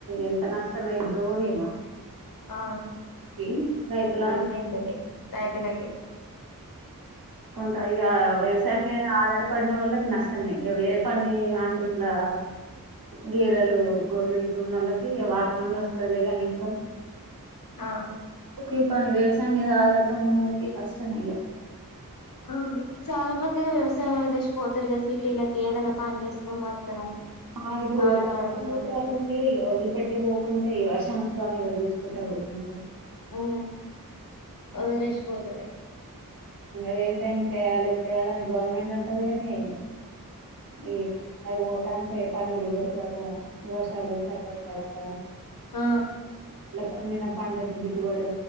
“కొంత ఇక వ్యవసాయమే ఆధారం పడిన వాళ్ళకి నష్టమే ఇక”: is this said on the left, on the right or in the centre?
Right